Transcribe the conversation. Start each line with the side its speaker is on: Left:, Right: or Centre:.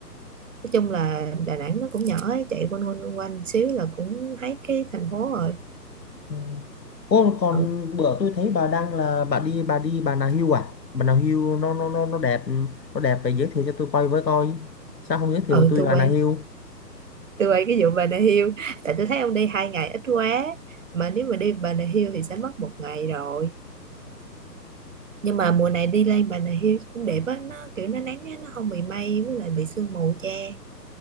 Right: nói chung là Đà Nẵng nó cũng nhỏ ấy, chạy quanh quanh quanh quanh xíu là cũng thấy cái thành phố rồi
Left: Ừ. Ô còn
Right: ừ
Left: bữa tôi thấy bà đang là bà đi bà đi Bà Nà Hills à? Bà Nà Hills nó nó nó nó đẹp nó đẹp phải giới thiệu cho tôi coi với coi. Sao không giới thiệu
Right: ừ
Left: tôi
Right: tôi
Left: Bà
Right: quay
Left: Nà Hills?
Right: tôi quay cái vụ Bà Nà Hills tại tôi thấy ông đi hai ngày ít quá mà nếu mà đi Bà Nà Hills thì sẽ mất một ngày rồi nhưng mà mùa này đi lên Bà Nà Hills cũng đẹp á nó kiểu nó nắng á nó không bị mây với lại bị sương mù che